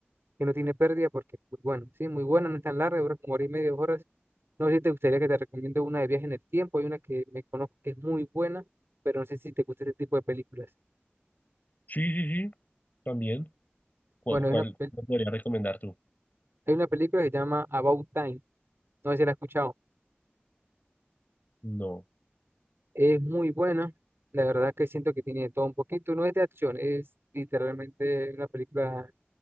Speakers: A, on the right (about 70°); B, on the left (about 45°).
A: que no tiene pérdida, porque, pues, bueno, sí, muy buena, no es tan larga, dura como hora y media, dos horas. No sé si te gustaría que te recomiende una de viaje en el tiempo, hay una que me conozco que es muy buena, pero no sé si te gusta ese tipo de películas.
B: Sí, sí, sí, también. ¿Cuál,
A: Bueno, hay
B: cuál
A: una, pel-
B: me podría recomendar tú?
A: hay una película que se llama About Time, no sé si la has escuchado,
B: No.
A: es muy buena, la verdad que siento que tiene de todo un poquito, no es de acción, es literalmente una película